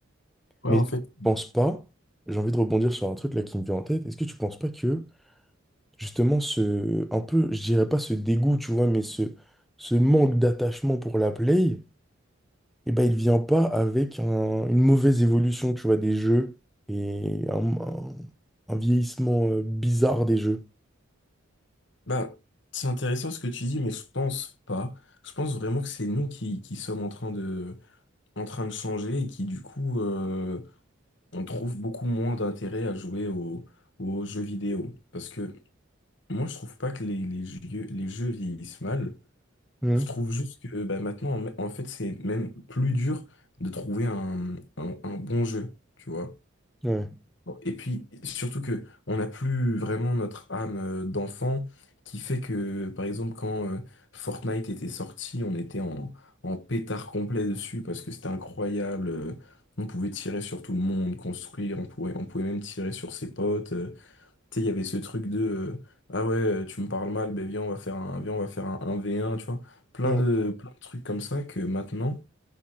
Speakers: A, on the left; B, in the centre.
A: Ouais,
B: Mais
A: en
B: tu
A: fait,
B: penses pas, j'ai envie de rebondir sur un truc là qui me vient en tête, est-ce que tu penses pas que justement ce, un peu, je dirais pas ce dégoût, tu vois, mais ce, ce manque d'attachement pour la play, eh ben, il vient pas avec un- une mauvaise évolution, tu vois, des jeux et un, un- un vieillissement euh, bizarre des jeux.
A: Bah, c'est intéressant ce que tu dis, mais je pense pas. Je pense vraiment que c'est nous qui, qui sommes en train de, en train de changer et qui, du coup, euh, on trouve beaucoup moins d'intérêt à jouer aux, aux jeux vidéo. Parce que moi, je trouve pas que les, les jeux, les jeux vieillissent mal.
B: Mhm.
A: Je trouve juste que bah, maintenant, en en fait, c'est même plus dur de trouver un, un, un bon jeu, tu vois.
B: Ouais.
A: Bon, Et puis, surtout que on n'a plus vraiment notre âme euh, d'enfant qui fait que, par exemple, quand euh, Fortnite était sorti, on était en, en pétard complet dessus parce que c'était incroyable. euh, On pouvait tirer sur tout le monde, construire, on pouvait, on pouvait même tirer sur ses potes. euh. Tu sais, il y avait ce truc de euh, Ah ouais, euh, tu me parles mal, ben viens, on va faire un, viens, on va faire un un v un tu vois. Plein
B: Ouais.
A: de, plein de trucs comme ça que maintenant,